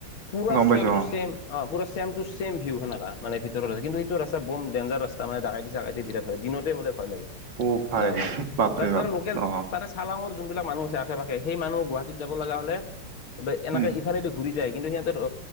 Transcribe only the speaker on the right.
গম পাইছো
অ
অ ভাই
বাপৰে
বাপ
অ
উম